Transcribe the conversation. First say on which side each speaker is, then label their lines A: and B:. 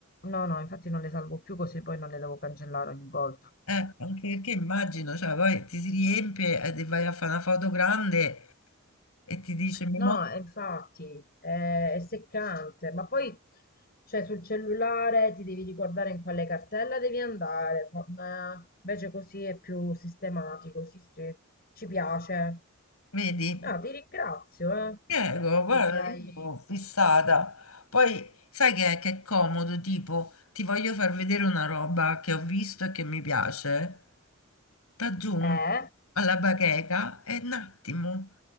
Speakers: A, on the left (about 45°); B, on the left (about 85°).
A: No, no, infatti non le salvo più così poi non le devo cancellare ogni volta.
B: eh. Eh, anche perché immagino, cioè, poi ti si riempie e ti vai a fare una foto grande e ti dice memoria,
A: No, eh, infatti è, è seccante, ma poi cioè, sul cellulare ti devi ricordare in quale cartella devi andare. fa- nah, Invece così è più sistematico, sì, sì, ci piace.
B: vedi?
A: Ah, ti ringrazio, eh,
B: Prego, guarda,
A: che mi hai...
B: io sono fissata. Poi sai che è, che è comodo, tipo, ti voglio far vedere una roba che ho visto e che mi piace. T'aggiungo
A: Eh?
B: alla bacheca e un attimo,